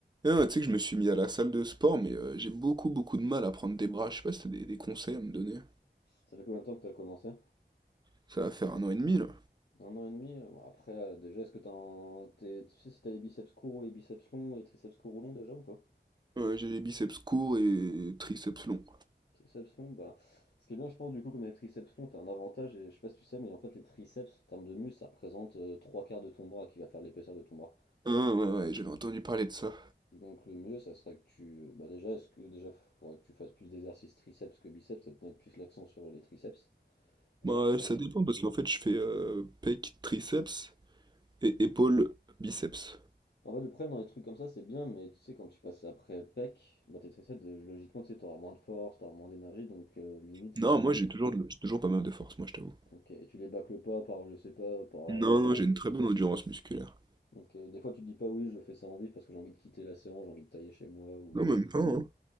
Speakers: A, on the right; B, on the left.
A: Ah, tu sais que je me suis mis à la salle de sport, mais euh, j'ai beaucoup beaucoup de mal à prendre des bras. Je sais pas si t'as des, des conseils à me donner.
B: Ça fait combien de temps que t'as commencé?
A: Ça va faire un an et demi là.
B: Un an et demi? Bon, après, euh, déjà, est-ce que t'as un- t'es- tu sais si t'as les biceps courts ou les biceps longs et les triceps courts ou longs déjà ou pas?
A: Ouais, j'ai les biceps courts et triceps longs.
B: Triceps longs, bah. Ce qui est bien, je pense, du coup, comme les triceps longs, t'as un avantage, et je sais pas si tu sais, mais en fait, les triceps, en termes de muscle, ça représente euh, trois quarts de ton bras qui va faire l'épaisseur de ton bras.
A: Ah, ouais, ouais, j'avais entendu parler de ça.
B: Donc, le mieux, ça serait que tu. Bah, déjà, est-ce que déjà, faudrait que tu fasses plus d'exercices triceps que biceps, ça te mettre plus l'accent sur les triceps. Et
A: Bah, euh,
B: après.
A: ça dépend parce qu'en fait, je fais euh, pec, triceps et épaule, biceps.
B: En fait, le problème dans les trucs comme ça, c'est bien, mais tu sais, quand tu passes après PEC, bah t'es stressé, de- logiquement, tu sais, t'auras moins de force, t'auras moins d'énergie, donc euh, limite, c'est
A: Non,
B: sans
A: moi
B: faire
A: j'ai
B: les...
A: toujours, de- j'ai toujours pas mal de force, moi je t'avoue.
B: Ok, et tu les bâcles pas par, je sais pas, par avoir...
A: Non, non, j'ai une très bonne endurance musculaire.
B: Donc euh, des fois, tu te dis pas, oui, je fais ça en vif parce que j'ai envie de quitter la séance, j'ai envie de tailler chez moi, ou...
A: Non, même pas, hein.